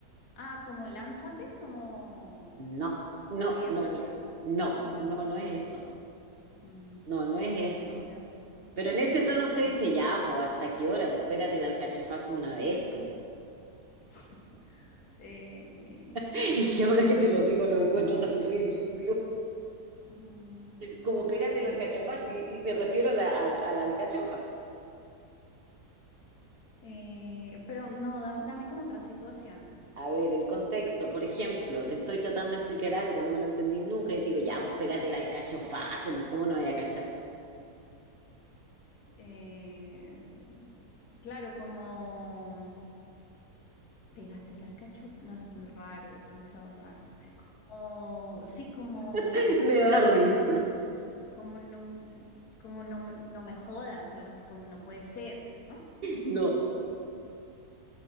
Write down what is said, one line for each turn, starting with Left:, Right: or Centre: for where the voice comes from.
Left: Ah, como lánzate, como
Right: No, no,
Left: arriesgate,
Right: no, no, no,
Left: ¿no?
Right: no, no es eso,
Left: Mm,
Right: no, no es eso.
Left: Pégate el
Right: Pero
Left: alcachofazo.
Right: en ese tono se dice, ya, pues, ¿hasta qué hora? Pues pégate el alcachofazo una vez, pues.
Left: <laughs> Eh,
Right: <laughs> Es que ahora que te lo digo lo encuentro tan ridículo.
Left: Mm,
Right: Como pégate
Left: el
Right: el alcachofazo
Left: alcachofa.
Right: y, y me refiero a la, a la- a la alcachofa.
Left: Eh, pero no, dam- dame como otra situación.
Right: A ver, el contexto, por ejemplo, te estoy tratando de explicar algo, no me lo entendís nunca y te digo, ya, pues pégate el alcachofazo, pues, ¿cómo no voy a cachar?
Left: Eh, claro, como pégate el alcachofa. No, es muy raro, es demasiado raro. O sí, como
Right: <laughs> Me da
Left: no
Right: risa.
Left: me, como no, como no, me- no me jodas, algo así como no puede ser, ¿no?
Right: No.